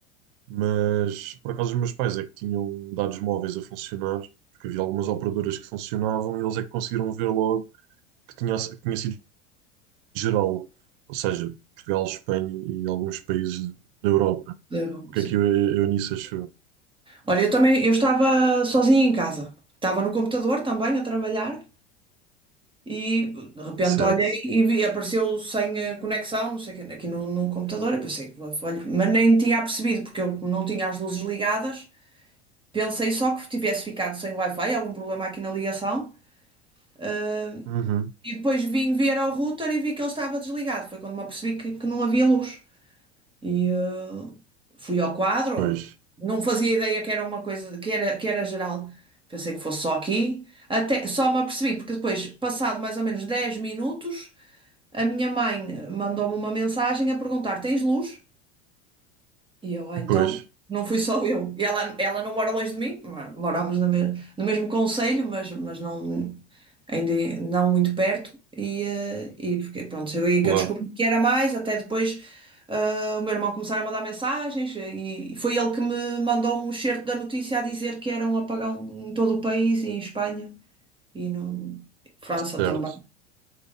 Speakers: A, on the right; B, on the right.
A: Mas por acaso os meus pais é que tinham dados móveis a funcionar, porque havia algumas operadoras que funcionavam e eles é que conseguiram ver logo que tinha, que tinha sido geral, ou seja, Portugal, Espanha e alguns países da Europa.
B: Zero,
A: O que
B: sim.
A: é que eu- a Eunice achou?
B: Olha, eu também, eu estava sozinha em casa. Estava no computador também a trabalhar e de repente
A: Certo.
B: olhei e vi, apareceu sem eh, conexão, não sei o quê, aqui no, no computador. Eu pensei, olha, mas nem tinha percebido porque eu não tinha as luzes ligadas. Pensei só que tivesse ficado sem Wi-Fi, algum problema aqui na ligação. ah,
A: Uhum.
B: e depois vim ver ao router e vi que ele estava desligado. Foi quando me apercebi que, que não havia luz. E ah, fui ao quadro.
A: Pois,
B: Não fazia ideia que era uma coisa, que era, que era geral. Pensei que fosse só aqui. Até, só me apercebi, porque depois, passado mais ou menos 10 minutos, a minha mãe mandou-me uma mensagem a perguntar: Tens luz? E eu, ah, então,
A: pois,
B: não fui só eu. E Ela, ela não mora longe de mim, mo- morámos no, me- no mesmo concelho, mas, mas não, ainda é, não muito perto. E, eh, e fiquei, pronto, foi aí que
A: claro,
B: eu descobri que era mais, até depois ah, o meu irmão começar a mandar mensagens eh, e foi ele que me mandou um excerto da notícia a dizer que era um apagão em todo o país e em Espanha e no França
A: certo,
B: também.